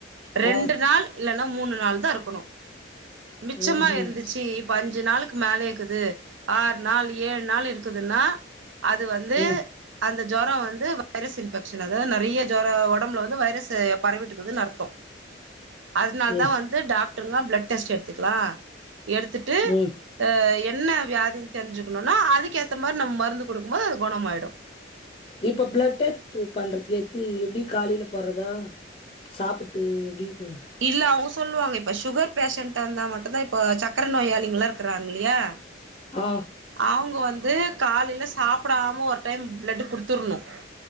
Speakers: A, on the left; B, on the right.
A: ஆ
B: ரெண்டு நாள் இல்லைன்னா மூணு நாள் தான் இருக்கணு மிச்சமா
A: ம்ஹூம்
B: இருந்துச்சு இப்ப அஞ்சு நாளுக்கு மேலே இர்க்குது ஆறு நாள் ஏழு நாள் இரு க்குதுன்னா அது வந்து
A: ம்
B: அந்த ஜோரம் வந்து வைரஸ் இன்பெக்ஷன் அதாவது நெறைய ஒடம்பு வந்து வைரஸ் பரவிட்டுக்குதுன்னு அர்த்தம் அதனால
A: எ
B: தான் வந்து டாக்டர்ல்லாம் பிளட் டெஸ்ட் எடுத்துக்கலாம் எடுத்துட்டு
A: ம்
B: ஹ என்ன வியாதிய்னு தெரிஞ்சுக்கணும்னா அதுக்கு ஏத்த மாரி நம்ம மருந்து கொடுக்கும் போது அது குணமாயிடும்
A: இப்ப பிளட் டெஸ்ட் பண்றதுக்கு எத்து எப்ப காலையில போறதா சாப்பிட்டு எப்டி இக்கு
B: இல்ல அவங்க சொல்லுவாங்க இப்ப சுகர் பேஷண்டா இருந்தா மட்டும்தான் இப்ப சக்கர நோயாளிங்கல்லாம் இருக்கிறாங்கலியா இல்லையா
A: ஆ
B: அவங்க வந்து காலையில சாப்பிடாம ஒரு டைம் பிளட் குடுத்துருணும்